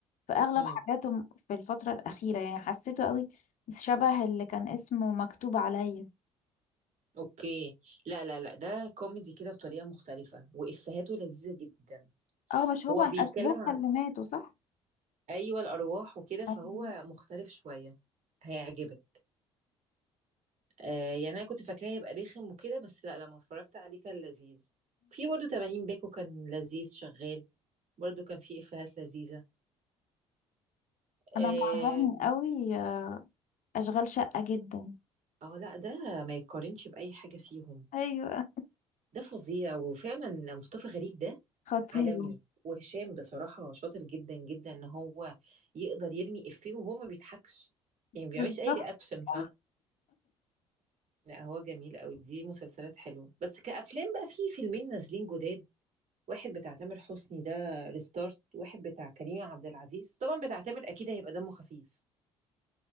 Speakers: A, on the left (about 60°); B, on the right (about 55°).
A: في أغلب
B: امم
A: حاجاته في الفترة الأخيرة يعني حسيته قوي شبه اللي كان اسمه مكتوب عليا
B: اوكي لا لا لا ده كوميدي كده بطريقه مختلفه وافهاته لذيذه جدا
A: اه مش هو
B: هو
A: الأشباح
B: بيتكلم
A: اللي ماتوا صح؟
B: ايوه الارواح وكده فهو
A: أيوة.
B: مختلف شويه هيعجبك آه يعني انا كنت فاكراه هيبقى رخم وكده بس لا لما اتفرجت عليه كان لذيذ في برضه 80 باكو كان لذيذ شغال برضه كان فيه افيهات لذيذه اه
A: أنا معجبني قوي آه، أشغال شقة جدا
B: آه، لا ده ما يتقارنش باي حاجه فيهم
A: ايوه
B: ده فظيع وفعلا مصطفى غريب ده
A: خطير
B: عالمي وهشام بصراحه شاطر جدا جدا ان هو يقدر يرمي افيه وهو ما بيضحكش يعني ما بيعملش
A: بالظبط
B: اي رياكشن
A: صح.
B: لا هو جميل قوي دي مسلسلات حلوه بس كأفلام بقى في فيلمين نازلين جداد واحد بتاع تامر حسني ده ريستارت واحد بتاع كريم عبد العزيز طبعا بتاع تامر اكيد هيبقى دمه خفيف